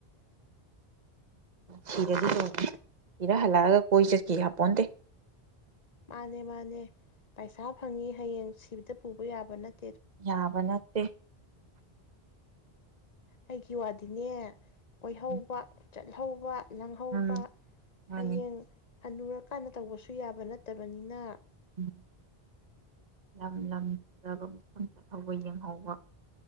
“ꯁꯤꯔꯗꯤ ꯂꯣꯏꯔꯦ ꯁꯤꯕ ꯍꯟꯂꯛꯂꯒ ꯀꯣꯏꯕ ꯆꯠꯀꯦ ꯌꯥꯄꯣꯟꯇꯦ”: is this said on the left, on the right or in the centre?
Right